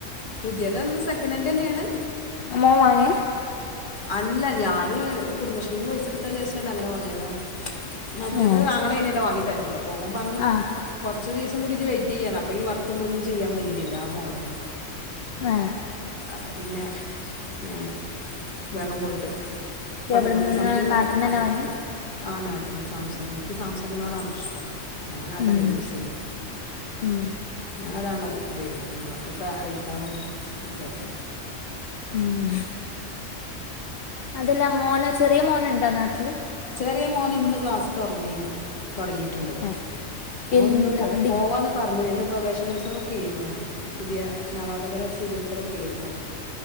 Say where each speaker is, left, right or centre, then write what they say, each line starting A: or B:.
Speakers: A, on the left (about 40°); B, on the left (about 55°).
A: പുതിയതെന്ന് സെക്കനൻ്റെന്നെണ്.
B: മോം വാങ്ങേ?
A: അല്ല ഞാന് കുടുംബശ്രീന്ന് പൈസട് ക്കാ വ്ചാര്ച്ചാണ്ട് അങ്ങനെ വാങ്ങിയതാ. മറ്റെത്
B: ആ
A: ആങ്ങളെന്യല്ലോ വാങ്ങിതരല്. അപ്പൊ ഓൻ പറഞ്ഞു
B: ആ
A: കൊർച്ച് ദിവസം കൂടി ഇജ് വെയിറ്റെയ്യ് ർഞ്ഞു. അപ്പം ഈ വർക്കും ന്തൊന്നും ചെയ്യാൻ കയ്യിണ്ല്ല ആ ഫോണില്.
B: മേഹ്
A: അപ്പം പിന്നെ ഞാന് വേഗം പോയിട്ട്. പതിമൂന്നേ
B: എവിടുന്ന്
A: സംതിങായി.
B: നാട്ടിൽ നിന്ന്
A: പതി
B: തന്നെ വാങ്ങി
A: ആഹ് നാട്ട്ന്ന്, സാംസങ്. ഇൻക്ക് സാംസങ്ങിനോടാണല്ലോ ഇഷ്ടം. ഞാനതെല്ലേ
B: ഉം,
A: യൂസെയ്യാ.
B: ഉം.
A: ഞാൻ അതാണല്ലോ ഉപയോഗിക്കല്. ഇങ്ങക്കൊക്കെ ഐഫോണും ഇതൊക്കെ.
B: ഉം. അതല്ല മോനോ, ചെറിയ മോന്ണ്ടോ നാട്ടില്?
A: ചെറിയ മോന് ഇന്ന് ക്ലാസ് തൊറന്നീന്. തൊടങ്ങീട്ട്ണ്ട്.
B: ഏ
A: ഓൻ
B: എന്ത്
A: ഇന്ന് പോ
B: ഡി
A: പോവാന്ന് പറഞ്ഞതേ. ഇന്ന് പ്രവേശനോത്സവക്കേര്ന്നു. പുതിയ നവാഗതരെ സ്വീകരിക്കലൊക്കേര്ന്നു.